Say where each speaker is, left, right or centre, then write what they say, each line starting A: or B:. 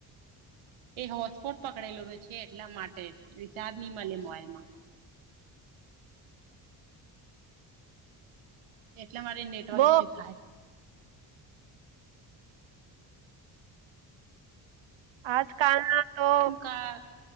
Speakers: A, on the right (about 85°); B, on the right (about 70°).
A: એ હોટ સ્પોટ પકડેલો છે એટલા માટે રિસાાર્દ નહી મળે મોાઈલમાં. એટલે મારી નેટવર્ક
B: બો
A: ઇસ્યુ થાય.
B: આજકાલમાં તો
A: હ કા